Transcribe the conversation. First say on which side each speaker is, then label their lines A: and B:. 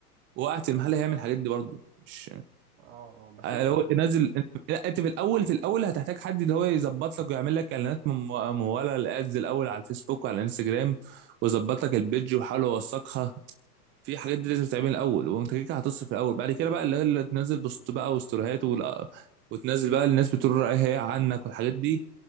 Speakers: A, on the right; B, on the right.
A: وقاعد في المحل هيعمل الحاجات دي برضو مش
B: اه آه، بس
A: آه،
B: انت
A: لو نازل انت لا انت في الاول في الاول هتحتاج حد اللي هو يظبط لك ويعمل لك اعلانات مم- مموله الادز الاول على الفيسبوك وعلى الانستجرام ويظبط لك البيج ويحاول يوثقها في حاجات دي لازم تعملها الاول وانت كده كده هتصرف الاول بعد كده بقى اللي هي اللي تنزل بوست بقى وستوريهات ولا- وتنزل بقى الناس بتقول رايها ايه عنك والحاجات دي